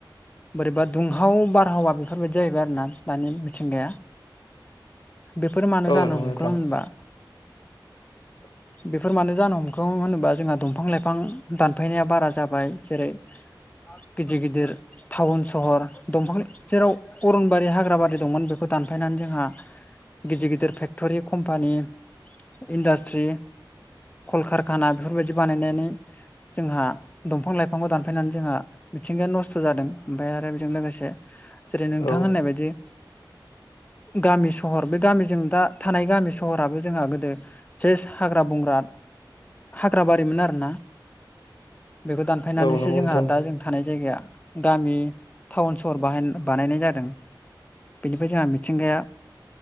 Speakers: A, on the left (about 20°); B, on the left (about 65°).
A: बोरैबा दुंहाव बारहावा बेफोरबायदि जाहैबाय आरो ना दानि मिथिंगाया। बेफोर मानो
B: औ
A: जानो
B: नंगौ
A: हमखो
B: नोंथां
A: होमबा
B: <inaudible>
A: बेफोर मानो जानो हमखो होनोबा जोंहा दंफां लाइफां दानफायनाया बारा जाबाय जेरै गिदिर गिदिर टाउन सहर दंफां जेराव अरनबारि हाग्रा बारि दंमोन बेखौ दानफायनानै जोंहा गिदिर गिदिर फेक्टरि कम्पानि। इन्डास्ट्रि कलकारखाना बेफोरबायदि बानायनानै जोंहा दंफां लाइफांखौ दानफायनानै जोंहा मिथिंगाया नस्थ' जादों ओमफ्राय आरो बेजों लोगोसे जेरै नोंथां
B: औ
A: होननाय बायदि गामि सहर बे गामिजों दा थानाय गामि सहराबो जोंहा गोदो सेस हाग्रा बंग्रा हाग्रा बारिमोन आरोना बेखौ दानफायनानैसो
B: औ नंगौ नोंथां
A: जोंहा दा जों थानाय जायगाया गामि टाउन सहर बाहाय बानायनाय जादों। बै जोंहा मिथिंगाया